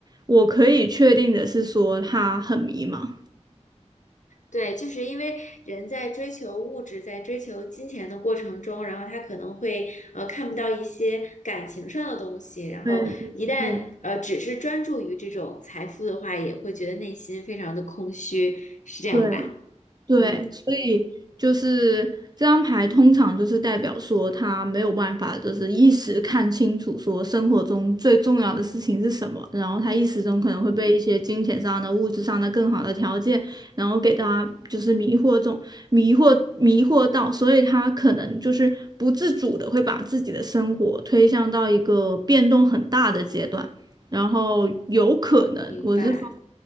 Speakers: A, on the right (about 35°); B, on the left (about 85°).
A: 我可以确定的是说他很迷茫。
B: 对，就是因为人在追求物质、在追求金钱的过程中，然后他可能会呃看不到一些感情上的东西，然后一旦呃只是专注于这种财富的话，
A: 对对
B: 也会觉得内心非常的空虚，是这样吧？
A: 对。对，
B: 嗯，
A: 所以就是这张牌通常就是代表说他没有办法，就是一时看清楚说生活中最重要的事情是什么，然后他一时中可能会被一些金钱上的、物质上的更好的条件，然后给他就是迷惑中迷惑迷惑到，所以他可能就是不自主的会把自己的生活推向到一个变动很大的阶段。然后有可能，
B: 明白。
A: 我是说